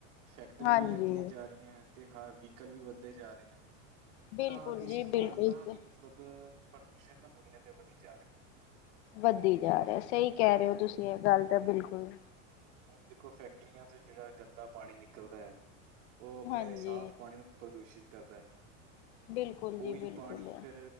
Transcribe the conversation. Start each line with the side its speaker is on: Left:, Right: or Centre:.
Right: ਫੈਕਟਰੀਆਂ
Left: ਹਾਂਜੀ।
Right: ਵੀ ਲੱਗਦੀਆਂ ਜਾ ਰੀਆਂ ਤੇ ਵਹੀਕਲ ਵੀ ਵੱਧਦੇ ਜਾ ਰਈਆਂ।
Left: ਬਿਲਕੁਲ
Right: ਤਾਂ
Left: ਜੀ
Right: ਇਸ ਕਾਰਨ
Left: ਬਿਲਕੁਲ।
Right: ਵੀ ਮਤਲਬ ਪ੍ਰਦੂਸ਼ਣ ਦੁਨੀਆਂ ਤੇ ਵਧੀ ਜਾ ਰੇਆ।
Left: ਵੱਧੀ ਜਾ ਰੇਆ। ਸਈ ਕੈ ਰੇਓ ਤੁਸੀ ਐ ਗੱਲ ਤਾਂ ਬਿਲਕੁਲ।
Right: ਹੁਣ ਦੇਖੋ, ਫੈਕਟਰੀਆਂ ਤੇ ਜੇੜਾ ਗੰਦਾ ਪਾਣੀ ਨਿਕਲਦੈ, ਓ ਅਪਨੇ
Left: ਹਾਂਜੀ।
Right: ਸਾਫ ਪਾਣੀ ਪ੍ਰਦੂਸ਼ਿਤ ਕਰਦੈ,
Left: ਬਿਲਕੁਲ
Right: ਓਵੀ
Left: ਜੀ ਬਿਲਕੁਲ
Right: ਪਾਣੀ ਫਿਰ